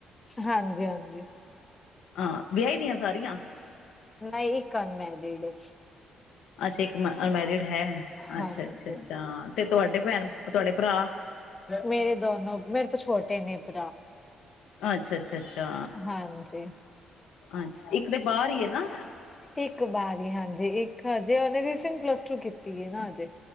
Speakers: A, on the left; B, on the left.
A: ਹਾਂਜੀ ਹਾਂਜੀ
B: ਹਾਂ ਵਿਆਹੀ ਦੀਆਂ ਸਾਰੀਆਂ
A: ਨਹੀਂ ਇੱਕ ਅਨਮੈਰੀਿਡ ਹੈ
B: ਅੱਛਾ ਇੱਕ ਅਨਮੈਰਿਡ ਹੈ
A: ਹਾਂਜੀ
B: ਅੱਛਾ ਅੱਛਾ ਅੱਛਾ ਤੇ ਤੁਹਾਡੇ ਭੈਣ ਤੁਹਾਡੇ ਭਰਾ
A: ਮੇਰੇ ਦੋਨੋ ਮੇਰੇ ਤੋਂ ਛੋਟੇ ਨੇ <inaudible>
B: ਅੱਛਾ ਅੱਛਾ ਅੱਛਾ
A: ਹਾਂਜੀ
B: ਅੱਛਾ ਇੱਕ ਤਾਂ ਬਾਹਰ ਹੀ ਹੈ ਨਾ
A: ਇੱਕ ਵਾਰੀ ਹੀ ਹਾਂਜੀ ਇੱਕ ਹਜੇ ਉਹਨੇ ਰੀਸੈਂਟ ਪਲੱਸ ਟੂ ਕੀਤੀ ਹੈ ਨਾ ਹਜੇ